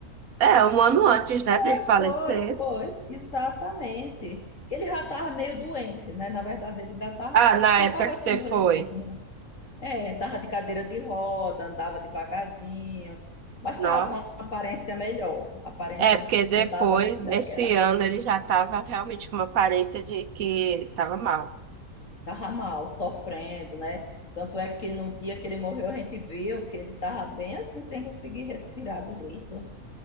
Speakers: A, on the right; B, on the left.
A: é, um ano antes, né,
B: Foi,
A: dele falecer.
B: foi, foi, exatamente. Que ele já estava meio doente, né? Na verdade, ele ainda tava,
A: Ah, na
B: já
A: época
B: estava
A: que
B: assim
A: você foi.
B: doentinho. É, tava de cadeira de roda, andava devagarzinho, mas
A: Nossa.
B: tava com uma aparência melhor. A aparência
A: É, porque depois,
B: não tava assim
A: nesse
B: daquela.
A: ano, ele já estava realmente com uma aparência de que estava mal.
B: Tava mal, sofrendo, né? Tanto é que no dia que ele morreu, a gente viu que ele tava bem assim, sem conseguir respirar direito.